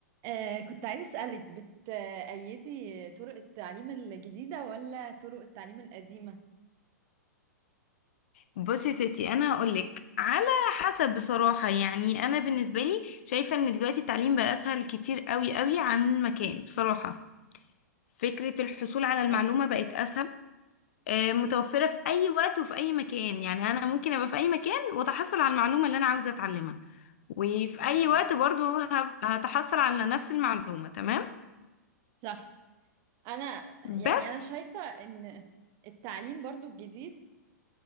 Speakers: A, on the right (about 30°); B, on the left (about 50°).
A: آه كنت عايزة أسألك بتأيدي طرق التعليم الجديدة ولا طرق التعليم القديمة؟
B: بصي يا ستي انا هقولك على حسب بصراحه يعني انا بالنسبه لي شايفه ان دلوقتي التعليم بقى اسهل كتير قوي قوي عن مكان بصراحه فكره الحصول على المعلومه
A: اه
B: بقت اسهل آه، متوفره في اي وقت وفي اي مكان يعني انا ممكن ابقى في اي مكان واتحصل على المعلومه اللي انا عاوزه اتعلمها وفي اي وقت
A: صح
B: برضو هب- هتحصل على نفس المعلومه تمام
A: صح أنا يعني
B: بس
A: أنا شايفة إن التعليم برضو الجديد